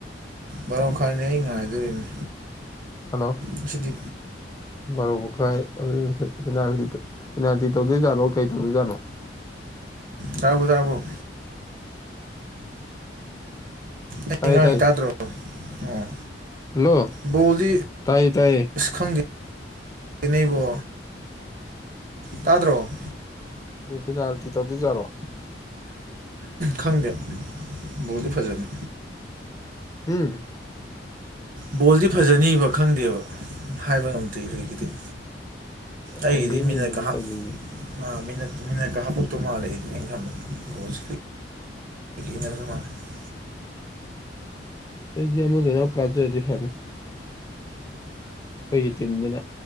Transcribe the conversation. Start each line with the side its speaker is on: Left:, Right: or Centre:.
Right: ꯕꯥꯔꯣꯃꯈꯥꯏꯅꯤ ꯑꯩ ꯉꯥꯏꯗꯣꯔꯤꯅꯤ꯫
Left: ꯍꯜꯂꯣ꯫
Right: ꯉꯁꯤꯗꯤ꯫
Left: ꯕꯥꯔꯣ ꯃꯈꯥꯏ <unintelligible> ꯄꯦꯅꯥꯜꯇꯤ ꯇ ꯄꯦꯅꯥꯜꯇꯤ ꯇꯧꯗꯣꯏꯖꯥꯠꯂꯣ ꯀꯩ ꯇꯧꯗꯣꯏꯖꯥꯠꯅꯣ꯫
Right: ꯇꯥꯕ꯭ꯔꯣ ꯇꯥꯕ꯭ꯔꯣ꯫ ꯑꯩ
Left: ꯇꯥꯏꯌꯦ
Right: ꯉꯥꯡꯉꯤ
Left: ꯇꯥꯏꯌꯦ
Right: ꯇꯥꯗ꯭ꯔꯣ ꯑꯣ
Left: ꯍꯜꯂꯣ
Right: ꯕꯣꯜꯗꯤ
Left: ꯇꯥꯏꯌꯦ ꯇꯥꯏꯌꯦ
Right: ꯈꯪꯗꯦ ꯅꯦ ꯕꯣ꯫ ꯇꯥꯗ꯭ꯔꯣ꯫
Left: ꯄꯦꯅꯥꯜꯇꯤ ꯇꯧꯗꯣꯏꯖꯥꯠꯔꯣ꯫
Right: ꯈꯪꯗꯦ ꯕꯣꯜꯗꯤ ꯐꯖꯅꯤ꯫
Left: ꯎꯝ
Right: ꯕꯣꯜꯗꯤ ꯐꯖꯅꯤꯕ ꯈꯪꯗꯦꯕ ꯍꯥꯏꯕ ꯉꯝꯗ꯭ꯔꯤ ꯍꯧꯖꯤꯛꯀꯤꯗꯤ꯫ ꯑꯩꯒꯤꯗꯤ
Left: ꯐꯥꯏꯅꯦꯜꯒꯨꯝꯕꯅꯤ
Right: ꯃꯤꯅꯠꯀꯥ ꯍꯥꯞ
Left: ꯇꯧꯗꯣꯏꯖꯦ
Right: ꯃꯥ ꯃꯤꯅꯠ ꯃꯤꯅꯠ ꯀ ꯍꯥꯞꯄꯛꯇꯧ ꯃꯥꯜ ꯑꯩꯗꯤ ꯑꯩꯟ ꯈꯟꯕꯗ ꯒꫭꯜꯁꯤꯀꯤ꯫ <inaudible>
Left: ꯑꯩꯗꯤ ꯑꯃꯗꯨꯅ ꯀꯥꯖꯔꯗꯤ ꯐꯅꯤ ꯈꯣꯏꯒꯤ ꯇꯤꯝꯗꯨꯅ꯫